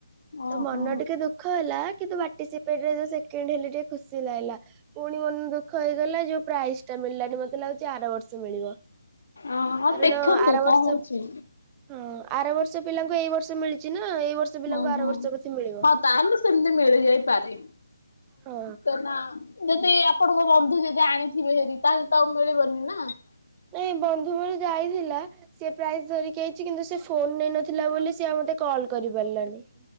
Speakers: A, on the left (about 75°); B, on the right (about 15°).
A: ଓହୋ
B: ତ ମନ ଟିକେ ଦୁଃଖ ହେଲା। କିନ୍ତୁ ପାର୍ଟିସିପେଟରେ ଯୋଉ ସେକେଣ୍ଡ ହେଲି ଟିକେ ଖୁସି ଲାଗିଲା! ପୁଣି ମନ ଦୁ ଦୁଃଖ ହେଇଗଲା ଯୋଉ ପ୍ରାଇସ ଟା ମିଳିଲାନି ମତେ ଲାଗୁଛି ଆର ବର୍ଷ ମିଳିବ।
A: ଓ ହଉ
B: କାରଣ
A: ଦେଖନ୍ତୁ
B: ଆର ବର୍ଷ
A: କଣ ହଉଛି
B: ହଁ। ଆର ବର୍ଷ <inaudible> ହଁ ପିଲାଙ୍କୁ ଏଇ ବର୍ଷ ମିଳିଛି ନା। ଏଇ ବର୍ଷ ପିଲାଙ୍କୁ
A: ହଁ
B: ଆର
A: ହଁ
B: ବର୍ଷ ବୋଧେ ମିଳିବ।
A: ହଁ ତାହେଲେ ସେମିତି ମିଳି ଯାଇପାରେ।
B: ହଁ
A: ତ ନା। ଯଦି ଆପଣଙ୍କ ବନ୍ଧୁ ଯଦି ଆଣିଥିବେ ହେରି! ତାହେଲେ ତ ଆଉ ମିଳିବନି ନା। <inaudible>
B: ନାଇଁ ବନ୍ଧୁ ପୁଣି ଯାଇଥିଲା! ସିଏ ପ୍ରାଇସ୍ ଧରିକି ଆଇଛି କିନ୍ତୁ ସେ ଫୋନ ନେଇନଥିଲା ବୋଲି ସିଏ ଆଉ ମତେ କଲ୍ କରି କରି ପାରିଲାନି।